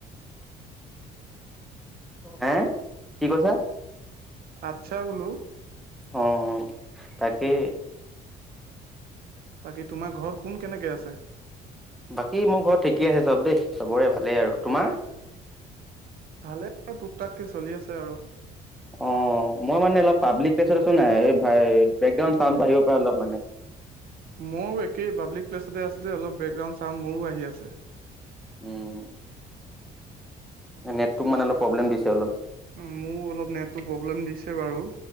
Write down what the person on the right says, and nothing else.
আচ্ছা বোলোঁ।
বাকী তোমাৰ ঘৰত কোন কেনেকে আছে?
ভালেই আৰু টোক টাককে চলি আছে আৰু।
মইও একেই পাব্লিক প্লেছতে আছো যে অলপ বেকগ্ৰাউণ্ড চাউণ্ড মোৰো আহি আছে।
মোৰ অলপ নেটটো প্ৰব্লেম দিছে বাৰু